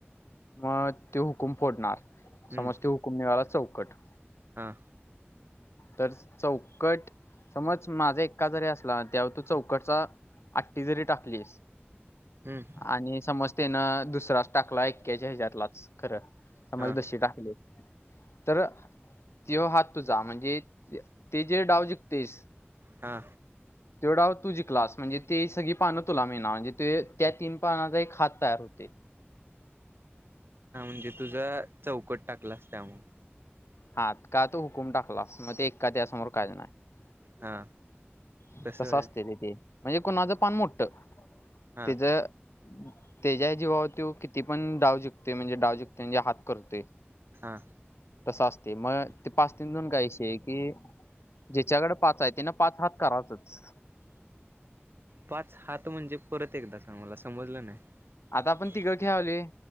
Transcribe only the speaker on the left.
मग ते हुकुम फोडणार.
समजते हुकूम <unintelligible> कट
तर चौकट समज माझा एका जरी असला तेव्हा तो चौकटचा आठी जरी टाकली
आणि समज तेनं दुसराच टाकला एक्याच्या याच्यातल्या खरं समाज
दशी टाकले तर तेव्हा हात तुझा म्हणजे ते जे डाव जिकतेस
त्यो डाव तू जिंकलास म्हणजे ती सगळी पानं तुला मिळणार म्हणजे एक त्या तीन पानाचा एक हात तयार होतो.
हा का तू हुकूम टाकलास मग का त्या समोर काज नाही
तस
असते तेे म्हणजे कोणाचं पानमुट्ट
तिचं ते ज्या जीवावरती किती पण डाव जििकते म्हणजे डाव जिकते म्हणजे हात करते
तसं असते मग ते पाच तीन दोन काय विषय कि ज्याच्याकडे पाच आहे ति ना पाच हात करायचच
आता आपण तिघं खेळावले